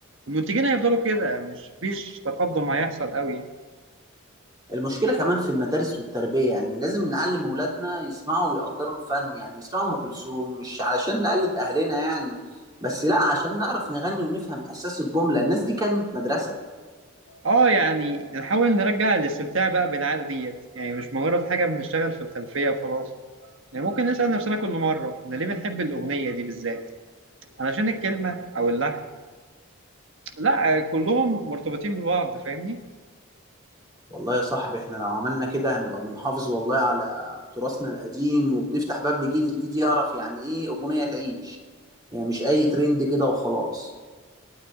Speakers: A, on the right (about 60°); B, on the right (about 20°).
A: المنتجين هيفضلوا كده مش فيش تقدم هيحصل قوي يعني
B: المشكلة كمان في المدارس والتربية يعني لازم نعلم أولادنا يسمعوا ويقدروا الفن يعني يسمعوا أم كلثوم مش علشان نقلد أهلنا يعني بس لا عشان نعرف نغني ونفهم إحساس الجملة الناس دي كانت مدرسة
A: اه يعني نحاول نرجع الاستمتاع بقى بالعادة ديت يعني مش مجرد حاجة بنشتغل في الخلفية وخلاص يعني ممكن نسأل نفسنا كل مرة احنا ليه بنحب الأغنية دي بالذات علشان الكلمة او اللحن لا كلهم مرتبطين ببعض فاهمني
B: والله يا صاحبي إحنا لو عملنا كده هنبقى بنحافظ والله على تراثنا القديم وبنفتح باب لجيل جديد يعرف يعني إيه أغنية تعيش يعني مش أي ترند كده وخلاص